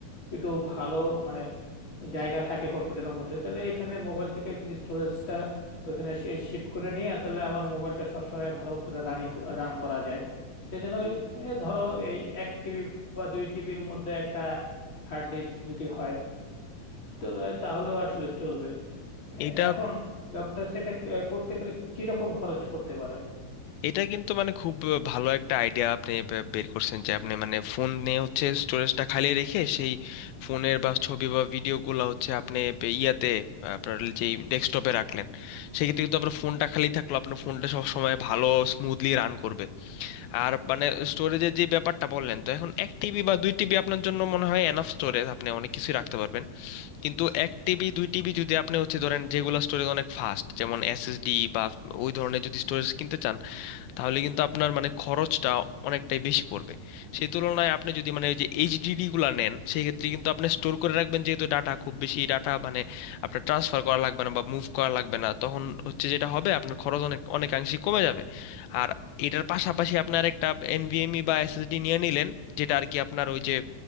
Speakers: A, on the left (about 35°); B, on the left (about 85°).
A: একটু ভালো মানে জায়গা থাকে কম্পিউটারের মধ্যে তাহলে এখানে মোবাইল থেকে এগুলি তো এখানে শিফট করে নিয়ে তাহলে আমার মোবাইলটা সবসময় ভালো করে রানিং রান করা যায় সেই জন্য ওই, এ, ধরো এই এক টিবি বা দুই টিবির মধ্যে একটা হার্ড ডিস্ক যদি হয় তো এ, তাহলেও আসলে চলবে এ,
B: এটা
A: এখন ব্যাপারটা হচ্ছে এটা ক- করতে গেলে কিরকম খরচ পড়তে পারে
B: এটা কিন্তু মানে খুব ভালো একটা আইডিয়া আপনি বে- বের করছেন যে আপনি মানে ফোন নিয়ে হচ্ছে স্টোরেজটা খালি রেখে সেই ফোনের বা ছবি বা ভিডিওগুলো হচ্ছে আপনি বে- ইয়াতে আহ, আপনার যেই ডেস্কটপে রাখলেন সেক্ষেত্রে কিন্তু আপনার ফোনটা খালি থাকলো আপনার ফোনটা সব সময় ভালো স্মুথলি রান করবে আর মানে স্টোরেজের যে ব্যাপারটা বললেন তো এখন এক টিবি বা দুই টিবি আপনার জন্য মনে হয় এনাফ স্টোরেজ আপনি অনেক কিছুই রাখতে পারবেন কিন্তু এক টিবি দুই টিবি যদি আপনি হচ্ছে ধরেন যেগুলো স্টোরেজ অনেক ফাস্ট যেমন এসএসডি বা ওই ধরনের যদি স্টোরেজ কিনতে চান তাহলে কিন্তু আপনার মানে খরচটা অনেকটাই বেশি পড়বে সেই তুলনায় আপনি যদি মানে ওই যে এইচডিডি গুলা নেন সেই ক্ষেত্রে কিন্তু আপনি স্টোর করে রাখবেন যেহেতু ডাটা খুব বেশি ডাটা মানে আপনার ট্রান্সফার করা লাগবে না বা মুভ করা লাগবে না তখন হচ্ছে যেটা হবে আপনার খরচ অনেক অনেকাংশে কমে যাবে আর এটার পাশাপাশি আপনার একটা এনভিএমই বা এসএসডি নিয়ে নিলেন যেটা আর কি আপনার ওই যে